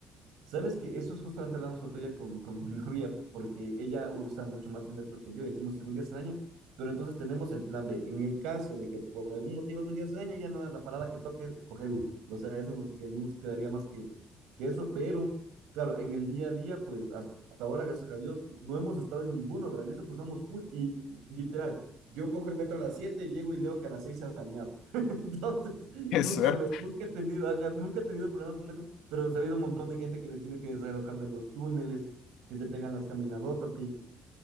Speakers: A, on the right; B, on the left.
A: Sabes que eso es justamente lo hablamos el otro día con, con <laughs> mi novia, porque ella usa mucho más el metro que yo y decimos, algún día se daña, pero entonces tenemos el plan B. En el caso de que por algún motivo algún día se daña, ya no da la parada que toque, coger Uber. O sea, eso nos, que no nos quedaría más que, que eso, pero claro, en el día a día, pues hasta ahora, gracias a Dios, no hemos estado en ninguno, ¿verdad? Y eso que usamos full y literal. Yo cojo el metro a las 7 llego y leo que a las 6 se ha dañado. <laughs> Entonces,
B: <laughs> Es
A: Nunca,
B: suerte.
A: me, nunca he tenido, ajá, nunca he tenido problemas con metro, pero he sabido un montón de gente que les tiene que desalojar de los túneles, que se pegan las caminadotas, que,